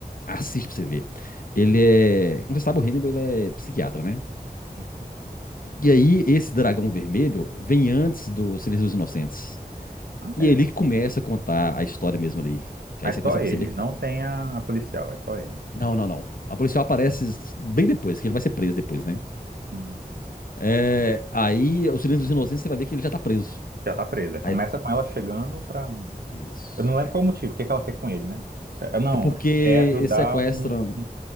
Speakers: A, on the left; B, on the right.
A: Assiste pra você ver. Ele
B: não.
A: é, como você sabe, o Hannibal, ele é psiquiatra, né?
B: Sim.
A: E aí esse Dragão Vermelho vem antes do Silêncio dos Inocentes.
B: Ah,
A: E
B: é?
A: é ele que começa a contar a história mesmo ali. Que
B: Mas
A: aí você
B: só
A: começa a
B: ele,
A: perceber que
B: não tem a a policial, é só ele.
A: Não, não, não. A policial aparece bem depois, que ele vai ser preso depois, né?
B: Hum,
A: É, aí, o Silêncio dos Inocentes, você vai ver que ele já tá preso.
B: Já tá presa. Começa
A: Aí,
B: com ela chegando pra.
A: isso.
B: Eu não lembro qual o motivo, o que que ela quer com ele, né? Se- ah, Não,
A: É porque
B: é ajudar
A: eles sequestram
B: um, um-